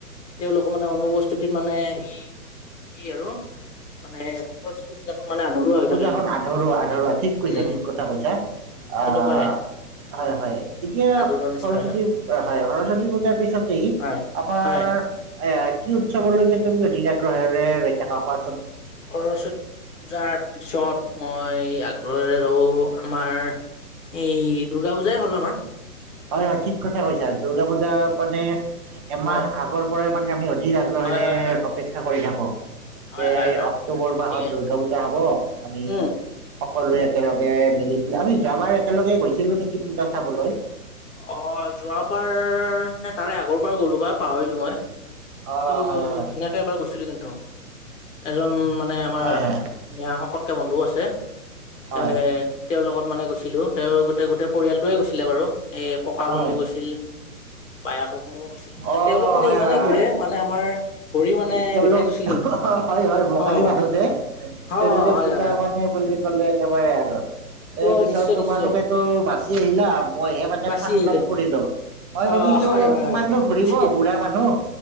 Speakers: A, on the left (about 50°); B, on the right (about 20°).
A: তেওঁলোকৰ মানে অনুপস্থিতিত মানে এই কি আৰু মানে <unintelligible> মানে আধৰুৱা হৈ
B: পূজাখন
A: থাকে কিন্তু
B: আধৰুৱাঁ, আধৰুৱাঁ। ঠিক কৈছা
A: উম
B: ঠিক কথা কৈছা আহ-
A: এনেকুৱাই
B: হয়, হয় এতিয়া
A: আধৰুৱা নিচিনা
B: সৰস্বতী
A: হৈ থাকে
B: হয়, হয় সৰস্বতী পূজাৰ পিছতেই
A: হয়
B: আমাৰ
A: হয়
B: হয়, হয়। কি উৎসৱলৈকে তুমি অধিক আগ্ৰহৰে ৰৈ থাকা কোৱাছোন?
A: সৰস্বতী পূজাৰ পিছত মই আগ্ৰহৰে ৰওঁ আমাৰ এই দুৰ্গা পূজাই হ'ল আমাৰ।
B: হয়, হয়। ঠিক কথা কৈছা দুৰ্গা পূজা মানে এমাহ
A: হয়
B: আগৰ পৰাই মানে আমি অধিক আগ্ৰহৰে
A: হয় হয় হয়
B: অপেক্ষা কৰি থাকোঁ।
A: হয়
B: যে
A: হয় হয়
B: অক্টোবৰ মাহত
A: ঠিকেই
B: দুৰ্গা পূজা হ'ব আমি
A: উম
B: সকলোৱে একেলগে মিলি জুলি আমি যোৱাবাৰ একেলগে গৈছিলো নেকি পূজা চাবলৈ?
A: অহ' যোৱাবাৰ নে তাৰে আগৰবাৰ গ'লোঁ বা পাহৰিলোঁ মই।
B: অ হয়
A: এইটো
B: হয়
A: ধুনীয়াকে এবাৰ গৈছিলো কিন্তু এজন মানে আমাৰ
B: হয় হয়
A: নিয়া শকতকে বন্ধু আছে
B: হয়
A: এ তেওঁৰ লগত মানে গৈছিলো তেওঁৰ গোটেই গোটেই পৰিয়ালটোৱে গৈছিলে বাৰু এই ককাজনো
B: হয়
A: গৈছিল। বায়েকো গৈছিল মানে
B: অঁ
A: তেওঁলোক
B: হয়
A: ইমানে
B: হয় হয়
A: ঘূৰে মানে আমাৰ ভৰি মানে
B: তেওঁলোক
A: বিষাই গৈছিল কিন্তু।
B: হয় হয় বঙালী
A: অ'।
B: মানুহ
A: অ',
B: যে
A: হয়,
B: তেওঁলোকে
A: হয়।
B: পূজা
A: হয়।
B: মানে বুলি ক'লে একেবাৰে আৰু এই
A: অ',
B: পিছত
A: নিশ্চয়
B: তোমালোকেতো
A: নিশ্চয়
B: বাচি আহিলা মইহে মানে
A: বাচি
B: ফান্দত
A: আহিলো।
B: পৰিলো মই
A: অ',
B: ভাবিছো
A: হয়, হয়,
B: কিমাননো
A: হয়,
B: ঘূৰিব
A: ঠিকে ঠিকে
B: বুঢ়া মানুহ